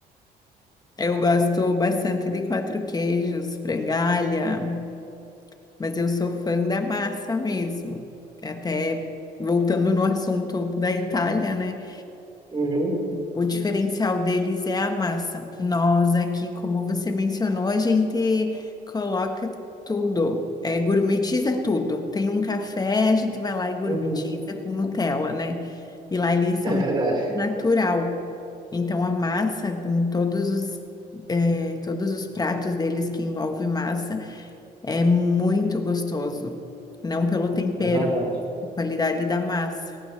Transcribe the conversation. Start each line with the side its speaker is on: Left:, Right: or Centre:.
Left: Eu gosto bastante de quatro queijos, frangalha, mas eu sou fã da massa mesmo. Até voltando no assunto da Itália, né?
Right: Uhum,
Left: O diferencial deles é a massa. Nós aqui, como você mencionou, a gente coloca tudo, é, gourmetiza tudo. Tem um café, a gente vai lá e
Right: uhum.
Left: gourmetiza com Nutella, né? E lá eles são
Right: É verdade.
Left: natural. Então a massa em todos os é, todos os pratos deles que envolve massa é muito gostoso. Não pelo tempero,
Right: É verdade.
Left: a qualidade da massa.